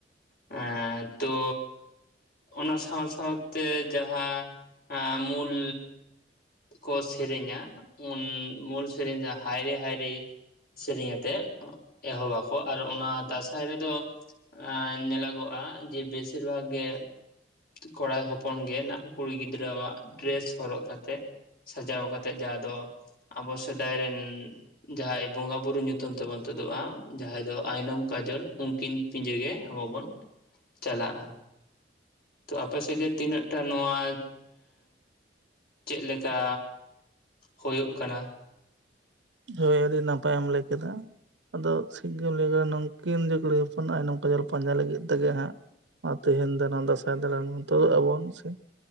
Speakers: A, on the left; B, on the right.
A: ᱮ ᱛᱚ ᱚᱱᱟ ᱥᱟᱶ ᱥᱟᱶᱛᱮ ᱡᱟᱦᱟᱸ ᱢᱩᱞ ᱠᱚ ᱥᱮᱨᱮᱧᱟ ᱩᱱ ᱢᱩᱞ ᱥᱮᱨᱮᱧ ᱫᱚ ᱦᱟᱭᱨᱮ ᱦᱟᱭᱨᱮ ᱥᱮᱨᱮᱧ ᱟᱛᱮᱫ ᱮᱦᱚᱵᱟ ᱠᱚ ᱟᱨ ᱚᱱᱟ ᱫᱟᱸᱥᱟᱭ ᱨᱮᱫᱚ ᱮ ᱧᱮᱞᱚᱜᱚᱜᱼᱟ ᱡᱮ ᱵᱮᱥᱤᱨ ᱵᱷᱟᱜᱽ ᱜᱮ ᱠᱚᱲᱟ ᱦᱚᱯᱚᱱ ᱜᱮ ᱱᱟ ᱠᱩᱲᱤ ᱜᱤᱫᱽᱨᱟᱹᱣᱟᱜ ᱰᱨᱮᱥ ᱦᱚᱨᱚᱜ ᱠᱟᱛᱮᱜ ᱥᱟᱡᱟᱣ ᱠᱟᱛᱮᱫ ᱡᱟᱦᱟᱸ ᱫᱚ ᱟᱵᱚ ᱥᱮᱫᱟᱭ ᱨᱮᱱ ᱡᱟᱦᱟᱸᱭ ᱵᱚᱸᱜᱟ ᱵᱩᱨᱩ ᱧᱩᱛᱩᱢ ᱛᱮᱵᱚᱱ ᱛᱩᱫᱩᱜᱼᱟ ᱡᱟᱦᱟᱸᱭ ᱫᱚ ᱟᱭᱱᱚᱢ ᱠᱟᱡᱚᱞ ᱩᱱᱠᱤᱱ ᱯᱤᱡᱟᱹᱜ ᱜᱮ ᱟᱵᱚ ᱵᱚᱱ ᱪᱟᱞᱟᱜᱼᱟ ᱛᱚ ᱟᱯᱮ ᱥᱮᱫ ᱜᱮ ᱛᱤᱱᱟᱹᱜ ᱴᱟ ᱱᱚᱣᱟ ᱪᱮᱫ ᱞᱮᱠᱟ ᱦᱩᱭᱩᱜ ᱠᱟᱱᱟ
B: ᱦᱳᱭ ᱟᱹᱰᱤ ᱱᱟᱯᱟᱭᱮᱢ ᱞᱟᱹᱭ ᱠᱮᱫᱟ ᱟᱫᱚ ᱥᱤᱠᱷ ᱜᱮᱢ ᱞᱟᱹᱭ ᱠᱮᱫᱟ ᱱᱩᱝᱠᱤᱱ ᱡᱮ ᱠᱩᱲᱤ ᱦᱚᱯᱚᱱᱟᱜᱼ ᱱᱚᱝᱠᱟ ᱡᱚᱞ ᱯᱟᱸᱡᱟ ᱞᱟᱹᱜᱤᱫ ᱛᱮᱜᱮ ᱦᱟᱸᱜ ᱛᱮᱦᱱ ᱫᱬ ᱫᱟᱸᱥᱟᱭ ᱫᱟᱬᱟᱱ ᱱᱚᱛ ᱟᱵᱚᱱ ᱥᱮ